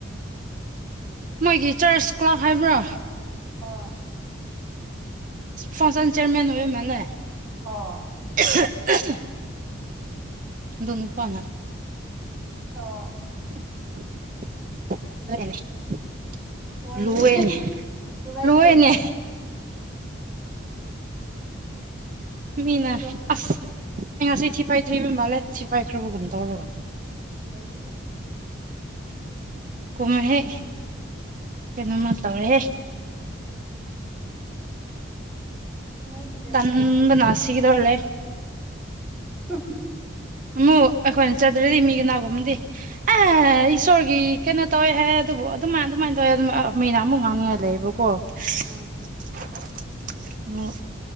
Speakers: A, on the right; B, in the centre.
A: ꯃꯣꯏꯒꯤ ꯆꯔꯆ ꯀ꯭ꯂꯥꯛ ꯍꯥꯏꯕ꯭ꯔꯣ
B: ꯑꯥ
A: ꯐꯥꯎꯁꯟ ꯆꯦꯌꯔꯃꯦꯟ ꯑꯣꯏꯕ ꯃꯥꯜꯂꯦ
B: ꯑꯣ
A: <unintelligible> ꯑꯗꯨ ꯅꯨꯄꯥꯅ
B: ꯑꯣ
A: <unintelligible>
B: ꯅꯨꯡꯉꯥꯏꯅꯤ
A: ꯂꯨꯋꯦꯅꯦ
B: ꯅꯨꯡꯉꯥꯏꯒꯅꯤ
A: ꯂꯨꯋꯦꯅꯦ
B: ꯅꯨꯡꯉꯥꯏꯒꯅꯤꯗꯣ
A: ꯃꯤꯅ ꯑꯁ ꯑꯩ ꯉꯁꯤ ꯊꯤ ꯐꯥꯏꯗ꯭ꯔꯤꯕ ꯃꯥꯜꯂꯦ ꯊꯤ ꯐꯥꯏꯈ꯭ꯔꯕꯒꯨꯝ ꯇꯧꯔꯒ
B: <unintelligible>
A: ꯀꯨꯝꯃꯦꯍꯦ ꯀꯩꯅꯣꯃ ꯇꯧꯔꯦꯍꯦ
B: ꯅꯨꯡꯉꯥꯏꯅꯤꯅꯦ
A: ꯇꯝꯕꯅ
B: ꯑꯗꯨꯗꯤ
A: ꯁꯤꯒꯗꯧꯂꯦ
B: ꯍꯨꯍ
A: ꯑꯃꯨꯛ ꯑꯩꯈꯣꯏꯅ ꯆꯠꯇ꯭ꯔꯗꯤ ꯃꯤ ꯀꯅꯥꯒꯨꯝꯕꯗꯤ ꯑꯥ ꯏꯁꯣꯔꯒꯤ ꯀꯩꯅꯣ ꯇꯧꯋꯦ ꯍꯥꯏꯑꯦ ꯑꯗꯨꯕꯨ ꯑꯗꯨꯃꯥꯏ ꯑꯗꯨꯃꯥꯏꯅ ꯇꯧꯋꯦ ꯑꯗꯨꯝ ꯃꯤꯅ ꯑꯃꯨꯛ ꯉꯥꯡꯅꯤꯡꯉꯥꯏ ꯂꯩꯌꯦꯕꯀꯣ
B: ꯎꯝ
A: <inaudible> ꯑꯃꯨꯛ